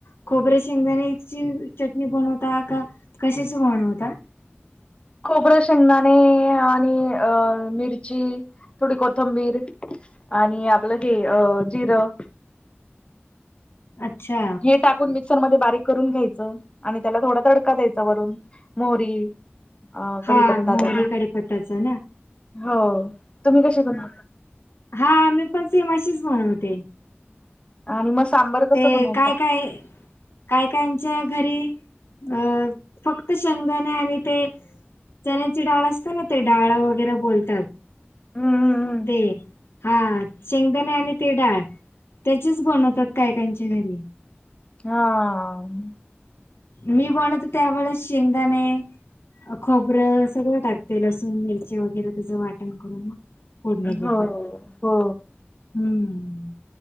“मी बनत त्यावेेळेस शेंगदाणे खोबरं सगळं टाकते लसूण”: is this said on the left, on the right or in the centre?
Left